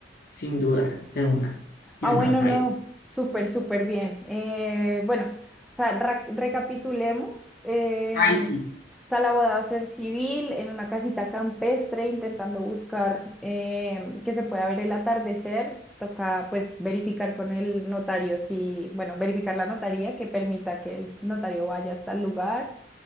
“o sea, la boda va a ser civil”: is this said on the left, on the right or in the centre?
Centre